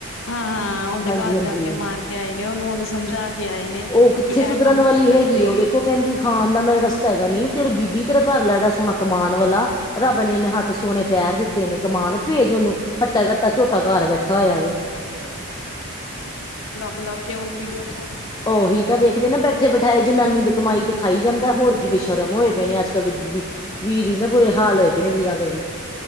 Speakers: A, on the left; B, on the left.
A: ਹਾਂ-ਹਾਂ ਔਂਦੇ
B: ਹਾਂਜੀ-ਹਾਂਜੀ
A: ਘਰ ਜਾ ਕੇ ਮਾਰ ਕੇ ਆਏ ਨੇ ਉਹਨੂੰ, ਉਹਨੂੰ ਸਮਝਾ ਕੇ ਆਏ ਨੇ
B: ਉਹ ਕਿੱਥੇ
A: ਕਿ ਇਹ
B: ਸੁਧਰਨ
A: ਕੰਮ
B: ਵਾਲੀ
A: ਛੱਡ
B: ਹੈਗੀ
A: ਦੇ
B: ਏ, ਉਹ ਵੇਖੋ ਕੇਂਦੀ ਏ ਖਾਣ ਦਾ ਮੇਰਾ ਰਸਤਾ ਹੈਗਾ ਨੀ, ਤੇਰੇ ਬੀਬੀ ਤੇਰਾ ਘਰ ਲ ਸੋਹਣਾ ਕਮਾਣ ਵਾਲਾ, ਰੱਬ ਨੇ ਇਨੇ ਹੱਥ ਸੋਹਣੇ, ਪੈਰ ਦਿੱਤੇ ਨੇ, ਕਮਾਣ ਭੇਜ ਉਹਨੂੰ, ਹੱਟਾ ਕੱਟਾ ਝੋਟਾ ਘਾਰ ਬੈਠਾ ਹੋਇਆ ਵੇ।
A: ਬੁਲਾ ਕੇ ਉਹ ਵੀਡੀਓ ਬਣਾ
B: ਉਹੀ ਤਾਂ ਵੇਖਦੇ ਨੇ ਬੈਠੇ ਬਿਠਾਏ, ਜਨਾਨੀ ਦੀ ਕਮਾਈ ਤੇ ਖਾਈ ਜਾਂਦਾ ਏ, ਹੋਰ ਕੀ ਬੇਸ਼ਰਮ ਹੋਏ ਪਏ ਨੇ ਅੱਜ ਅੱਜ ਕੱਲ ਦੀ ਬੀਬੀ, ਵੀਰ <unintelligible> ਬੁਰੇ ਹਾਲ ਹੋਏ ਪਏ ਨੇ ਵੀਰਾਂ ਦੇ ਵੀ।